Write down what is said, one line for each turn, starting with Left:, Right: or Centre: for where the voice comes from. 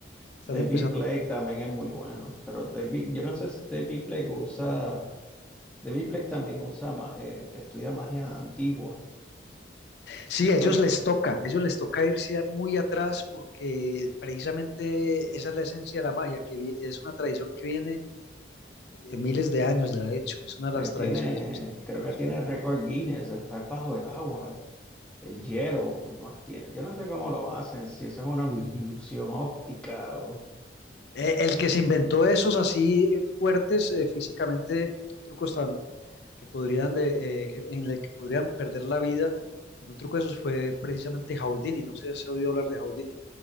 Left: Están
Centre: David
Left: empezando.
Centre: Blake también es muy bueno, pero David, yo no sé si David Blake usa, David Blake también usa, ma- eh, estudia magia antigua.
Left: Sí,
Centre: ¿Sí
Left: ellos
Centre: conoce?
Left: les toca, ellos les toca irse muy atrás porque precisamente esa es la esencia de la magia, que vi- es una tradición que viene de miles de años, de hecho, es una de
Centre: Él
Left: las tradiciones
Centre: tiene,
Left: más antiguas.
Centre: creo que tiene récord Guinness de estar bajo el agua, el hielo por más tiempo. Yo no sé cómo lo hacen, si eso es una ilu- ilusión óptica o...
Left: Eh, el que se inventó esos así eh, fuertes eh, físicamente, trucos tan que podrían de, eh, que- en el que podrían perder la vida en un truco de esos fue precisamente Houdini. No sé si se oído hablar de Houdini.